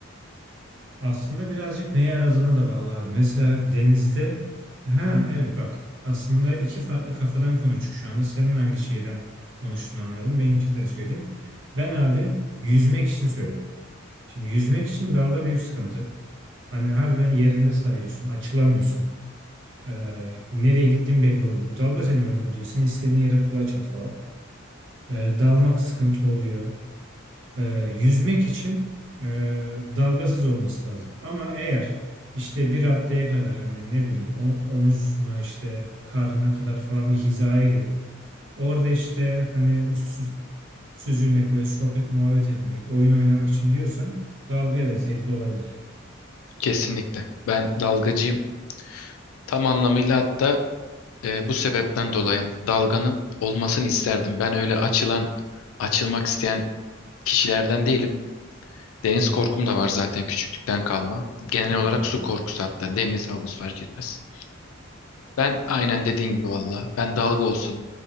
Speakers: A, on the right; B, on the left.
A: Aslında birazcık neye aradığına da bağlı abi. Mesela denizde ha evet bak aslında iki farklı kafadan konuştuk şu anda. Senin hangi şeyden konuştuğunu anladım. Benimki de söyleyeyim. Ben abi yüzmek için söyledim. Şimdi yüzmek için dalga büyük sıkıntı. Hani harbiden yerinde sayıyorsun, açılamıyorsun. Ee, nereye gittiğin belli olmuyor. Dalga seni yönlendiriyor. Sen istediğin yere kulaç at falan. Ee, dalmak sıkıntı oluyor e, yüzmek için e, dalgasız olması lazım. Ama eğer işte bir raddeye kadar hani ne bileyim o- omuzuna işte karnına kadar falan bir hizaya girip orada işte hani sü- süzülmek böyle sohbet muhabbet etmek oyun oynamak için diyorsan dalga evet zevkli olabilir.
B: Kesinlikle. Ben dalgacıyım. Tam anlamıyla hatta e, bu sebepten dolayı dalganın olmasını isterdim. Ben öyle açılan, açılmak isteyen kişilerden değilim. Deniz
A: Yani,
B: korkum da var zaten küçüklükten kalma. Genel
A: yani
B: olarak
A: anladım.
B: su korkusu hatta deniz havuz fark etmez. Ben aynen dediğin gibi valla ben dalga olsun.